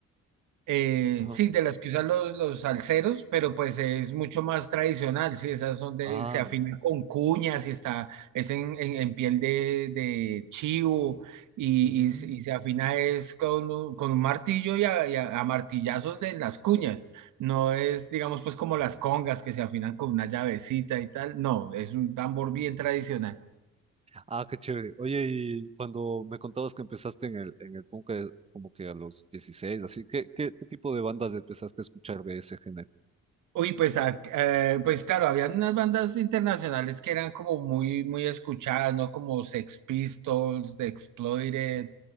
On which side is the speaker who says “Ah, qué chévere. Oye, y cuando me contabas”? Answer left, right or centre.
Right